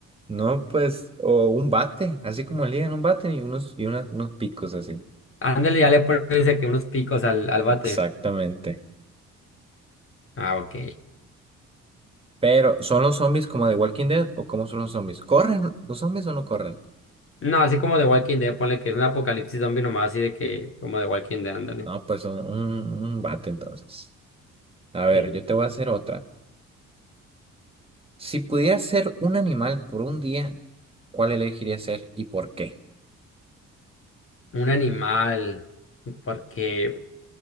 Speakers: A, on the right (about 20°); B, on the left (about 45°).
A: No, pues, o un bate, así como ligan un bate y unos, y una- unos picos así.
B: Ándale, ya le pones dice que unos picos al, al bate.
A: Exactamente.
B: Ah, ok.
A: Pero, ¿son los zombies como de Walking Dead o cómo son los zombies? ¿Corren los zombies o no corren?
B: No, así como de Walking Dead, ponle que es un apocalipsis zombie nomás, así de que, como de Walking Dead, ándale.
A: No, pues son un, un bate entonces. A ver,
B: Sí.
A: yo te voy a hacer otra. Si pudieras ser un animal por un día, ¿cuál elegirías ser y por qué?
B: Un animal. Porque,